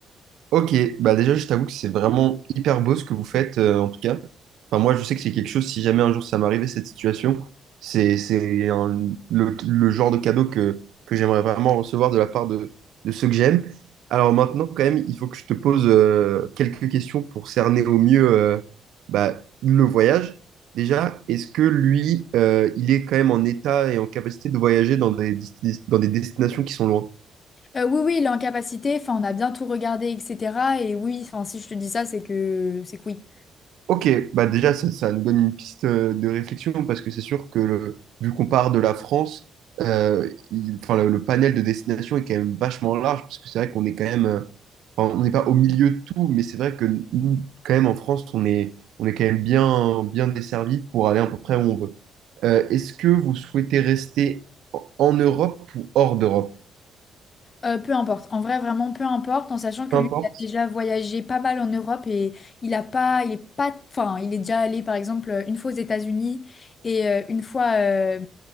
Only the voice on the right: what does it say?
ok. Bah déjà, je t'avoue que c'est vraiment hyper beau ce que vous faites, euh, en tout cas. Enfin, moi, je sais que c'est quelque chose, si jamais un jour ça m'arrivait, cette situation, c'est c'est un- le, le genre de cadeau que, que j'aimerais vraiment recevoir de la part de, de ceux que j'aime. Alors maintenant, quand même, il faut que je te pose euh, quelques questions pour cerner au mieux euh, bah, le voyage. Déjà, est-ce que lui, euh, il est quand même en état et en capacité de voyager dans des, dis- dans des destinations qui sont loin?
Ok, bah déjà, ça, ça nous donne une piste euh, de réflexion parce que c'est sûr que le- vu qu'on part de la France, euh, il- enfin, le, le panel de destinations est quand même vachement large parce que c'est vrai qu'on est quand même, euh, enfin, on n'est pas au milieu de tout, mais c'est vrai que nous, quand même en France, on est, on est quand même bien, bien desservi pour aller à peu près où on veut. Euh, est-ce que vous souhaitez rester en en Europe ou hors d'Europe?
Peu importe.